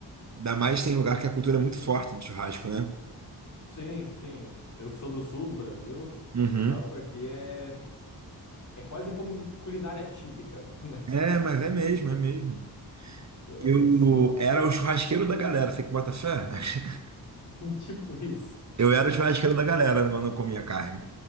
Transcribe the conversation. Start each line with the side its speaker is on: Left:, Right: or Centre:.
Right: ainda mais tem lugar que a cultura é muito forte do churrasco, né?
Left: sim, sim. Eu que sou do sul do Brasil,
Right: Uhum.
Left: churrasco aqui é, é quase como culinária típica, <laughs> né?
Right: É, mas é mesmo, é mesmo.
Left: Então,
Right: Eu
Left: sim,
Right: era o churrasqueiro da galera, você que bota fé? <laughs>
Left: <laughs> tipo isso.
Right: Eu era o churrasqueiro da galera quando eu comia carne.